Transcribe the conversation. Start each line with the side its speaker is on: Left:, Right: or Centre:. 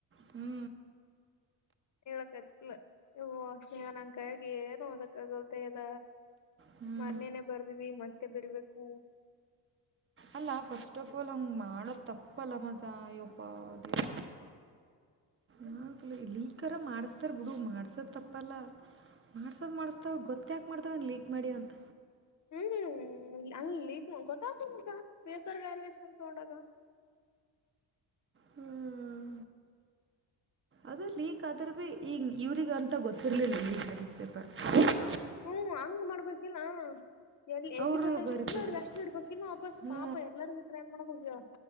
Right: ಹ್ಞೂ
Left: ಹೇಳಕಲ ಇ ಸ್ನೇಹ ನಂಗ ಕಾಯಾಗಿ ಏ ಅದ ಗಲ್ತ ಅದ
Right: ಹ್ಞೂ
Left: ಮೊನ್ನೇನೆೇ ಬರ್ದವಿ ಮತ್ತೆ ಬರ್ಬೇಕು
Right: ಅಲ್ಲ ಫಸ್ಟ್ ಆಫ್ ಆಲ್ ಅವಂಗ ಮಾಡದ್ ತಪ್ಪಲ್ಲ ಮತ್ತ ಇಯ್ಯಪ್ಪ ದೇವ್ರೆ ಯಾಕೆ ಲೀಕ್ರ ಮಾಡಸ್ತಾರ ಬಿಡು ಮಾಡ್ಸದ್ ತಪ್ಪಲ್ಲ ಮಾಡ್ಸೋದ್ ಮಾಡಸ್ತಾವ ಗೊತ್ತಾಕ್ ಮಾಡ್ತಾವ ಲೀಕ್ ಮಾಡಿ ಅಂತ
Left: ಹ್ಮ್ ಹ್ಮ್ ಅ ಲಕ್ ಗತ್ತತಗ ಪೇಪರ್ ವ್ಯಾಾಲಷನ್ ತೋಡಗ
Right: ಹ್ಮ್ ಅದ ಲಕ್ ಆದ್ರ ಭೀ ಈಗ ಇವ್ರಿಗೆ ಅಂತ ಗೊತ್ತಿರ್ಲಿಲ್ಲ ಲಕ್ ಆಗಿದ ಪಾಪೆ
Left: ಹ್ಮ್ ಹಂಗ್ ಮಾಡ್ಬೇಕಿಲ್ಲ ಎಲ್ಲಿ ಎಲ್ಲಿ
Right: ಅವರು
Left: ಗೊತ್ತಾಗಿರ್ಬೇಕದ
Right: ಬರಿತಿದ್ರು
Left: ಅವ್ರಗ ಅಷ್ಟೇ ಇಡ್ಬೇಕಿಲ್ಲ ವಾಪಸ್
Right: ಹ್ಞೂ
Left: ಪಾಪ ಎಲ್ಲರಿಗ ಇದ ಏನ್ ಮಾಡ್ಬೇಕಗ